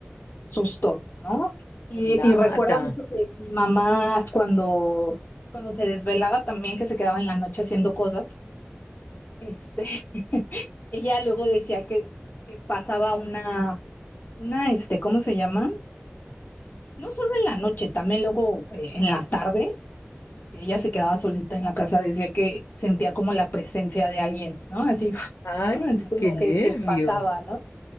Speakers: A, on the left; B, on the left.
A: sustos, ¿no? Y,
B: Lata.
A: y recuerdo mucho que mi mamá cuando, cuando se desvelaba también que se quedaba en la noche haciendo cosas, este... Ella luego decía que, que pasaba una, una, este, ¿cómo se llama? No solo en la noche, también luego eh, en la tarde, ella se quedaba solita en la casa, decía que sentía como la presencia de alguien, ¿no? Así, <laughs>
B: Ay,
A: ¿no? Así como
B: qué nervio.
A: que, que pasaba, ¿no?